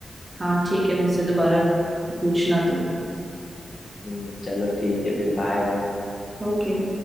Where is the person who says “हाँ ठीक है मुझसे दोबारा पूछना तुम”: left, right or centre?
Right